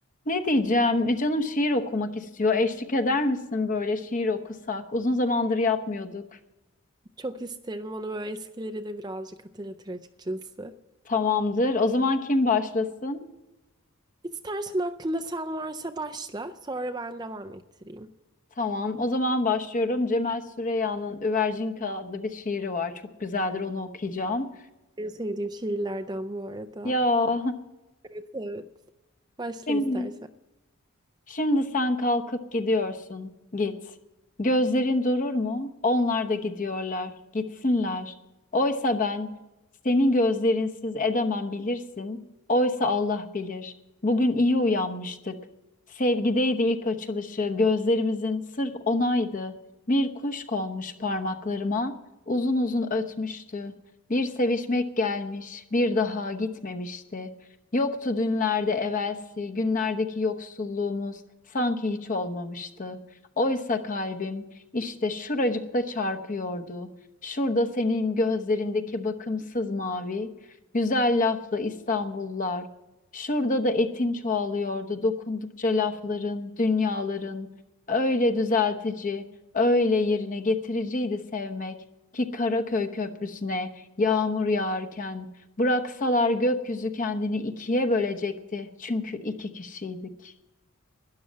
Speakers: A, on the left; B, on the right.
A: Ne diyeceğim? E, canım şiir okumak istiyor. Eşlik eder misin böyle şiir okusak? Uzun zamandır yapmıyorduk.
B: Çok isterim onu böyle eskileri de birazcık hatırlatır açıkçası.
A: Tamamdır. O zaman kim başlasın?
B: İstersen aklında sen varsa başla, sonra ben devam ettireyim.
A: Tamam. O zaman başlıyorum. Cemal Süreyya'nın Üvercinka adlı bir şiiri var. Çok güzeldir. Onu okuyacağım.
B: En sevdiğim şiirlerden bu arada.
A: Ya
B: Evet evet. Başla
A: <laughs> şimdi
B: istersen.
A: Şimdi sen kalkıp gidiyorsun. Git. Gözlerin durur mu? Onlar da gidiyorlar. Gitsinler. Oysa ben senin gözlerinsiz edemem bilirsin. Oysa Allah bilir. Bugün iyi uyanmıştık. Sevgideydi ilk açılışı. Gözlerimizin sırf onaydı. Bir kuş konmuş parmaklarıma. Uzun uzun ötmüştü. Bir sevişmek gelmiş, bir daha gitmemişti. Yoktu dünlerde evvelsi, günlerdeki yoksulluğumuz sanki hiç olmamıştı. Oysa kalbim işte şuracıkta çarpıyordu. Şurada senin gözlerindeki bakımsız mavi, güzel laflı İstanbullar. Şurada da etin çoğalıyordu dokundukça lafların, dünyaların. Öyle düzeltici, öyle yerine getiriciydi sevmek ki Karaköy Köprüsü'ne yağmur yağarken Bıraksalar gökyüzü kendini ikiye bölecekti. Çünkü iki kişiydik.